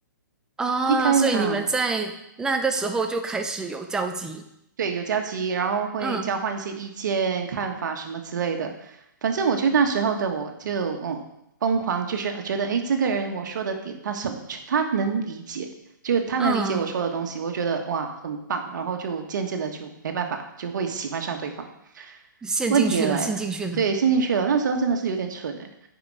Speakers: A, in the centre; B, on the right.
A: 啊，
B: 一开啊，
A: 所以你们在那个时候就开始有交集，
B: 对，有交集，然后会交换一些意见、
A: 嗯
B: 看法什么之类的。反正我得那时候的我就嗯疯狂，就是呃觉得诶，这个人我说的点他什么他能理解，就他能理解我说的东西，
A: 嗯，
B: 我觉得哇很棒，然后就渐渐的就没办法，就会喜欢上对方。
A: 陷进去了，
B: 问题也来了，
A: 陷进去了，
B: 对，陷进去了。那时候真的是有点蠢诶，